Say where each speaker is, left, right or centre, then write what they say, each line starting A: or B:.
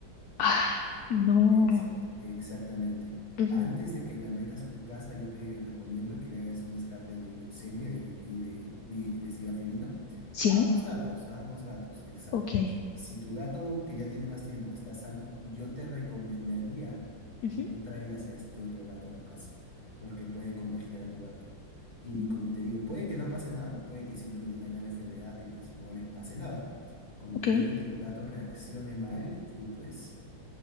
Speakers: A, on the left; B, on the left.
A: Ay, no.
B: Exacta, exactamente.
A: Ujú,
B: Antes de que la metas a tu casa, yo te recomiendo que le hagas un descarte de leucemia y de, vi- y de, vi- y de sida felino.
A: Sí,
B: A ambos gatos, a ambos gatos, exacto.
A: ok.
B: Si tu gato que ya tiene más tiempo está sano, yo te recomendaría
A: ujú,
B: que no traigas a este otro gato a tu casa, porque puede contagiar a tu gato. Y
A: mm,
B: como te digo, puede que no pase nada, puede que simplemente tengan la enfermedad y pues no les pase nada, como
A: Ok.
B: puede que tu gato reaccione mal y pues